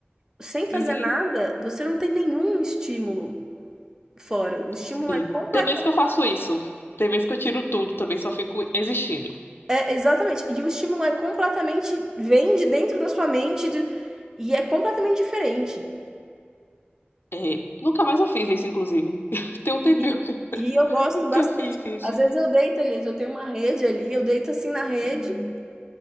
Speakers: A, on the right (about 15°); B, on the left (about 65°).
A: sem fazer
B: Uhum.
A: nada, você não tem nenhum estímulo fora. O estímulo
B: Sim.
A: é completamente.
B: Tem vezes que eu faço isso. Tem vezes que eu tiro tudo também, só fico existindo.
A: É, exatamente. E o estímulo é completamente. Vem de dentro da sua mente de- e é completamente diferente.
B: É, nunca mais eu fiz isso, inclusive. <laughs> Tem um tempinho
A: E,
B: <laughs>
A: e eu gosto bastante.
B: que eu fiz isso.
A: Às vezes eu deito ali, eu tenho uma rede ali, eu deito assim na rede.
B: Hum.